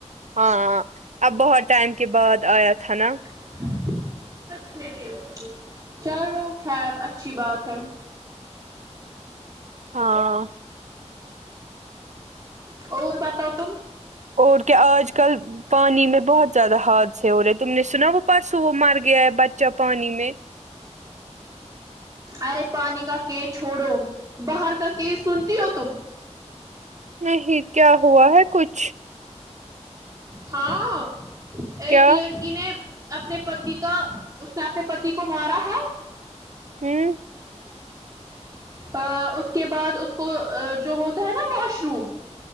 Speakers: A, on the right; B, on the right.
A: ہاں ہاں اب بہت ٹائم کے بعد آیا تھا نا
B: بہت فیری ہو گے تم چلو خیر اچھی بات ہے
A: ہاں
B: اور بتاؤ تم
A: اور کیا آج کل پانی میں بہت زیادہ ہادسہ ہو رہے تم نے سنا وہ پرسوں وہ مر گیا ہے بچہ پانی میں
B: ارے پانی کا کے چھوڑو باہر کا کیس سنتی ہو تم
A: نہیں کیا ہوا ہے کچھ
B: ہاں ایک
A: کیا
B: لڑکی نے اپنے پتی کا اس نے اپنے پتی کو مارا ہے
A: ہوں
B: ہاں اس کے بعد اس کو جو ہوتا ہے نا واش روم